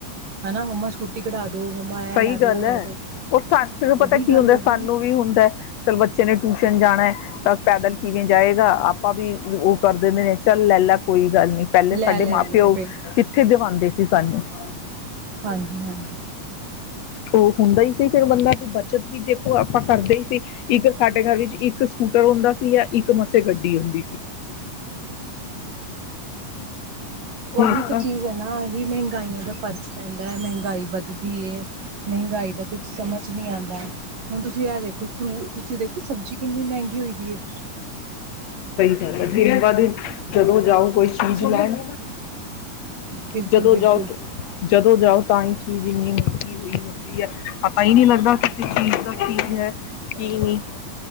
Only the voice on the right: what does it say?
ਹਨਾ ਮੰਮਾ ਸਕੂਟੀ ਕਢਾ ਦੋ ਮੰਮਾ ਇਹ
ਲੈ ਦੋ
ਉਹ ਲੈ
ਦੋ
ਉਹੀ
ਗੱਲ
ਹੋ ਗਈ
ਨਾ
ਲੈ
ਲੈਂਦੇ
ਆ ਬਿਲ
ਹਾਂਜੀ- ਹਾਂਜੀ।
ਓਹੀ ਤੇ
ਚੀਜ਼ ਐ ਨਾ, ਏਹੀ ਮੈਹੰਗਾਈਆਂ ਦਾ ਫ਼ਰਕ ਪੈਂਦਾ ਮੈਹੰਗਾਈ ਵੱਧਦੀ ਏ। ਮੈਹੰਗਾਈ ਦਾ ਕੁਛ ਸਮਝ ਨਹੀਂ ਆਂਦਾ। ਹੁਨ ਤੁਸੀ ਐ ਦੇਖੋ, ਫ੍ਰੂ ਤੁਸੀਂ ਦੇਖੀ ਸਬਜੀ ਕਿੰਨੀ ਮੈਹੰਗੀ ਹੋਈ ਦੀ ਏ।
ਸਭ
ਬਿਲਕੁਲ
ਬਿਲਕੁਲ